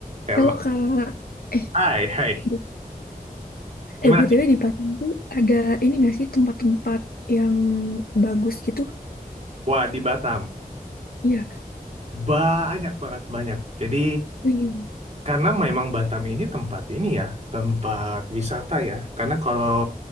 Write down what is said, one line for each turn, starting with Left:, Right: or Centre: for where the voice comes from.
Right: Hello,
Left: Kalau Kak, eh,
Right: hai, hai.
Left: bu-
Right: Gimana
Left: eh BTW
Right: nih?
Left: di Padang tuh ada ini nggak sih tempat-tempat yang bagus gitu?
Right: Wah, di Batam.
Left: Iya,
Right: Banyak banget, banyak. Jadi,
Left: wih.
Right: karena memang Batam ini tempat ini ya, tempat wisata ya. Karena kalau